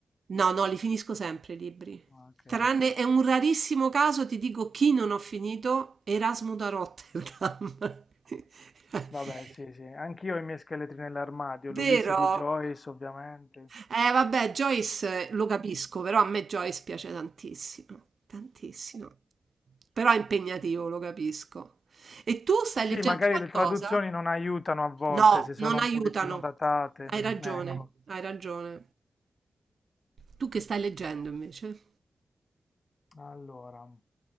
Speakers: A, on the right; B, on the left.
A: No, no, li finisco sempre i libri.
B: Ok.
A: Tranne è un rarissimo caso, ti dico chi non ho finito, Erasmo da Rotterdam. <laughs>
B: Vabbè, sì, sì. Anch'io ho i miei scheletri nell'armadio, l'Ulisse
A: Vero?
B: di Joyce, ovviamente.
A: Eh, vabbè, Joyce eh, lo capisco, però a me Joyce piace tantissimo, tantissimo. Però è impegnativo, lo capisco. E tu stai
B: Sì,
A: leggendo
B: magari
A: qualcosa?
B: le traduzioni non aiutano a volte
A: No,
B: se sono
A: non aiutano.
B: un pochettino datate.
A: Hai ragione,
B: Ecco,
A: hai ragione. Tu che stai leggendo invece?
B: allora,